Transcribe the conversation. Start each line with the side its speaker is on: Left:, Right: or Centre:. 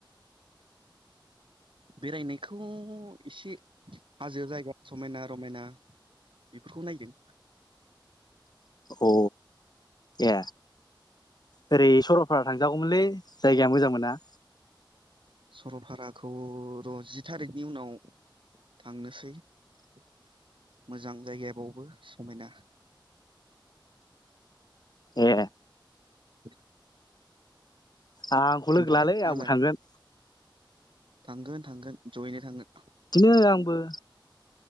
Right: बेरायनायखौ एसे हाजो जायगा समायना रमायना बेफोरखौ नायदों
Left: औ ए ओरै सरलपारा थांजागौमोनलै जायगाया मोजां मोना
Right: सरलपाराखौ र' जि थारिखनि उनाव थांनोसै मोजां जायगायाबावबो समायना
Left: ए
Right: <inaudible>
Left: आंखौ लोगो
Right: ओमफ्राय
Left: लालै
Right: नोंहालाय
Left: आंबो थांगोन
Right: थांगोन थांगोन जयैनो थांगोन।
Left: बिथिंनो आंबो